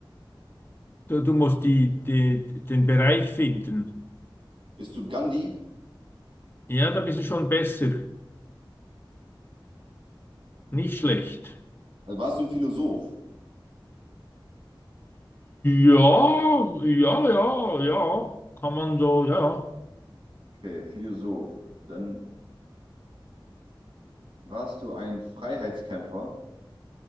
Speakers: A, on the left; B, on the right.
A: du, du musst die, die, den Bereich finden.
B: bist du Gandhi?
A: Ja, da bist du schon besser. Nicht schlecht.
B: Äh, Warst du ein Philosoph?
A: Ja, ja, ja, ja. Kann man so, ja.
B: Okay, Philosoph. Dann warst du ein Freiheitskämpfer?